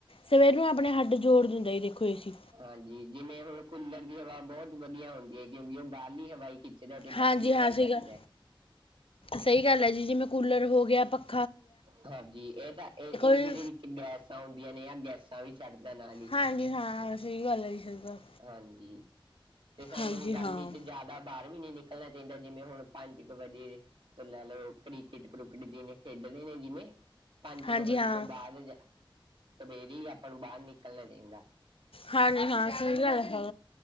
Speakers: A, on the left; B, on the right.
A: ਸਵੇਰ ਨੂੰ ਆਪਣੇ ਹੱਡ ਜੋੜ ਦਿੰਦਾ ਹੇ। ਦੇਖੋ ਏ ਸੀ।
B: ਹਾਂਜੀ ਜਿਵੇਂ, ਹੁਣ ਕੂਲਰ ਦੀ ਹਵਾ ਬਹੁਤ ਵਧੀਆ ਹੁੰਦੀ ਹੈ। ਕਿਉਂਕਿ, ਉਹ ਬਾਹਲੀ ਹਵਾ ਖਿ- ਜਦੋ ਦੀ
A: ਹਾਂਜੀ
B: ਬਾਲਲੀ ਹਵਾਈ
A: ਹਾਂ
B: ਹੀ
A: ਸਹੀ
B: ਛੱਡਦਾ।
A: ਗੱਲ ਸਹੀ ਗੱਲ ਹੈ ਜੀ, ਜਿਵੇਂ ਕੂਲਰ ਹੋ ਗਿਆ, ਪ-
B: ਹਾਂਜੀ। ਇਹ ਤਾਂ ਇਹ ਏ
A: ਜੀ
B: ਸੀ ਦੇ ਵਿੱਚ ਗੈਸਾਂ ਆਉਂਦੀਆਂ ਨੇ, ਆ ਗੈਸਾਂ ਵੀ ਛੱਡਦਾ ਨਾਲ ਹੀ।
A: ਹਾਂਜੀ ਹਾਂ ਸਹੀ ਗੱਲ ਹੈ ਜੀ। ਸਹੀ ਗੱਲ
B: ਹਾਂਜੀ। ਤੇ, ਸਾਨੂੰ
A: ਹਾਂਜੀ
B: ਗਰਮੀ
A: ਹਾਂ
B: ਚ ਜ਼ਿਆਦਾ ਬਾਹਰ ਵੀ ਨੀ ਨਿਕਲਣਾ ਚਾਹੀਦਾ। ਜਿਵੇਂ ਹੁਣ ਪੰਜ ਕੁ ਵਜੇ, ਤੋਂ ਲੈ ਲਓ ਕ੍ਰਿਕਟ- ਕੂਕਟ ਜਿਹਨੇ ਖੇਡ- ਦੇ ਨੇ ਜਿਵੇਂ। ਪੰਜ
A: ਹਾਂਜੀ
B: ਕੁ ਵਜੇ
A: ਹਾਂ
B: ਤੋਂ ਬਾਅਦ। ਸਵੇਰੇ ਹੀ, ਆਪਾਂ ਨੂੰ ਬਾਹਰ ਨਿਕਲਣਾ ਚਾਹੀਦਾ।
A: ਹਾਂਜੀ, ਹਾਂ। ਸਹੀ ਗੱਲ ਹਾਂ।